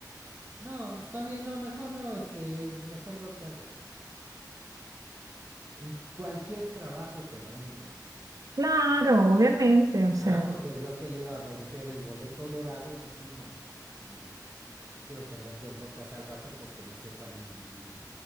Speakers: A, on the right; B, on the right.
A: No, está bien, no, mejor no, este, mejor veo qué hago. En cualquier trabajo te van a entrevistar.
B: Claro, obviamente, o
A: Nada
B: sea.
A: más porque vio que le iba a vender el boleto dorado, dije, no, ni madres. No quiero tener yo broncas al rato porque no sepa ni, ni,